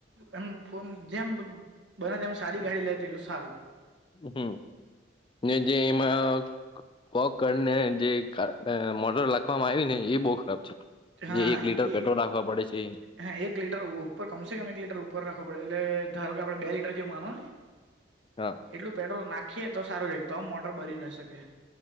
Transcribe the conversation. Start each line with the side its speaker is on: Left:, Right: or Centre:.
Right: એમ ફો જેમ બને તેમમ સારી ગાડી લેતી એટલું સારું
Left: હમ જે એમાં કોક કરીને જે કાર અ મોટર લાખવામાં આયવી ને એ બો ખરાબ છે.
Right: હા
Left: જે એક લીટર
Right: એ
Left: પેટ્રોલ રાખવા પડે છે ઈ
Right: હા એક લીટર ઉપર કમસે કમ એક લીટર ઉપર રાખવા પડે એલે ધારો કે આપડે બે લીટર જેવ માનો ની
Left: હા
Right: એટલું પેટ્રોલ નાખીએ તો સારું રેય તો મોટર બરી ન શકે